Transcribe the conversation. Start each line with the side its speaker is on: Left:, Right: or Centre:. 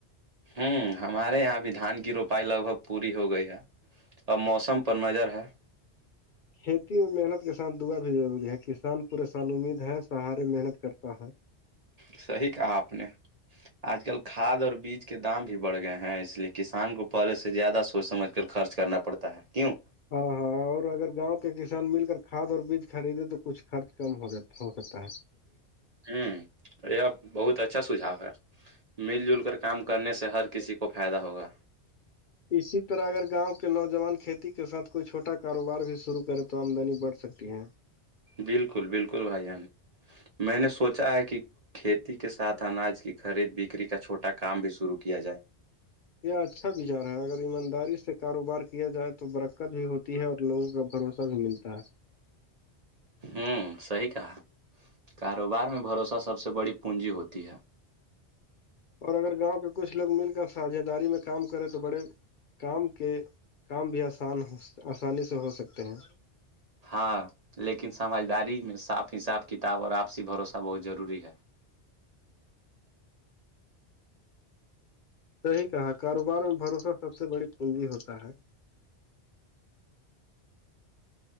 Right: ہوں ہمارے یہاں بھی دھان کی روپائی لگ بھگ پوری ہو گئی ہے اب موسم پر نظر ہے
Left: کھیتی میں محنت کے ساتھ دعا بھی ضروری ہے کسان پورے سال امید ہے سہارے محنت کرتا ہے
Right: صحیح کہا آپ نے آج کل کھاد اور بیج کے دام بھی بڑھ گئے ہیں اس لیے کسان کو پہے سے زیادہ سوچ سمجھ خرچ کرنا پڑتا ہے کیوں
Left: ہاں ہاں اور اگر گاؤں کے کسان مل کر کھاد اور بیج خریدے تو کچھ خرچ کم ہو جات ہو سکتا ہے
Right: ہوں یہ بہت اچھا سھؤ ہے مل جل کر کام کرنے سے ہر کسی کو فائدہ ہوگا
Left: اسی طرح اگر گاؤں کے نوجوان کھیتی کے ساتھ کوئی چھوٹا کاروبار بھی شروع کرے تو آمدنی بڑھ سکتی ہے
Right: بالکل بالکل بھائی جان میں نے سوچا ہے کہ کھیتی کے ساتھ اناج کی خرید بکری کا چھوٹا کام بھی شرو کیا جائے
Left: یہ اچھا وچار ہے اگر ایمانداری سے کاروبار کیا جائے تو برقت بھی ہوتی ہے اور لوگوں کا بھروسہ س ملتا ہے
Right: ہوں صحی کہا کاروبار میں بھروسہ سب سے بڑی پونجی ہوتی ہے
Left: اور اگر گاؤں کے کچھ لوگ مل کر ساجھے داری میں کام کرے تو بڑے کام کے کام بھی آسان آسانی سے ہو سکتے ہیں
Right: ہاں لیکن سمجھداری میں صاف حساب کتاب اور آپسی بھروسہ بہت ضروری ہے
Left: صحیح کہا کاروبار میں بھروسہ سب سے بڑی پجی ہوتا ہے